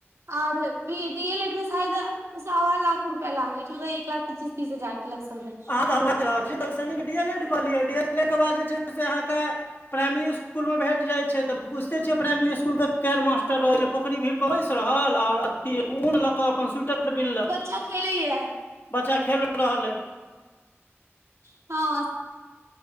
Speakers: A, on the right; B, on the left.
A: बी डि ए लेड मे शायद सावा लाख रुपया लागै छै ओना एक लाख पच्चीस तीस हजार के लमसममें
B: त हम्म ओहै कैह रहल छी <unintelligible> सॅं नीक डी एल ऐड कऽ लियऽ डी एल ऐड के बाद जे छै से अहाँके प्राइमली स्कुल मे भेट जाय छै तऽ बुझते छियै प्राइमली स्कुल के केहन मास्टर रहै छै <unintelligible> बैस रहल आओर अथी ऊन लके अप्पन सुयटर बिनलक
A: बच्चा खेले ये
B: बच्चा खेल रहल अय
A: हं हँ